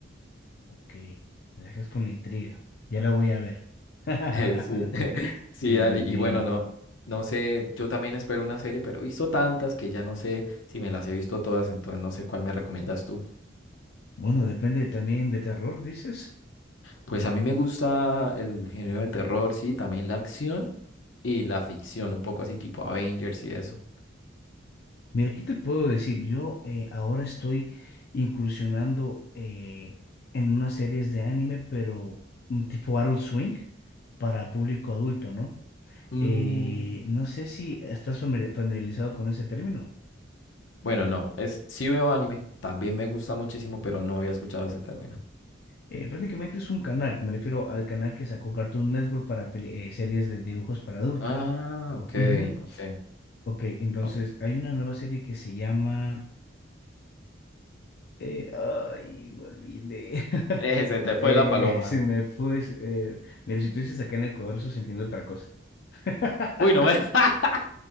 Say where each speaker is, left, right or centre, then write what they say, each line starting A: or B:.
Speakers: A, on the left; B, on the left.
A: Ok, me dejas con la intriga, ya la voy a ver. <laughs>
B: <laughs> Sí, <laughs> sí,
A: Bien,
B: dale.
A: bien,
B: Y
A: bien.
B: bueno, no, no sé, yo también espero una serie, pero he visto tantas que ya no sé si me las he visto todas, entonces no sé cuál me recomiendas tú.
A: Bueno, depende también de terror, dices.
B: Pues a mí me gusta el género de terror, sí, también la acción y la ficción, un poco así tipo Avengers y eso.
A: Mira, ¿qué te puedo decir? Yo eh, ahora estoy incursionando eh, en unas series de anime, pero un tipo Adult Swing para público adulto, ¿no?
B: Mm,
A: Eh, no sé si estás famili- familiarizado con ese término.
B: bueno, no, es, sí veo anime, también me gusta muchísimo, pero no había escuchado ese término.
A: Eh, prácticamente es un canal, me refiero al canal que sacó Cartoon Network para peli- eh, series de dibujos para adultos.
B: Ah, ok,
A: Ujú.
B: ok. <laughs>
A: Ok, entonces
B: Oh,
A: hay una nueva serie que se llama Eh, ay, me olvidé. <laughs>
B: eh, se te
A: Eh,
B: fue la paloma.
A: se me fue. eh, mira, si tú dices acá en Ecuador, eso se entiende otra cosa. <laughs>
B: Uy, no me... <laughs>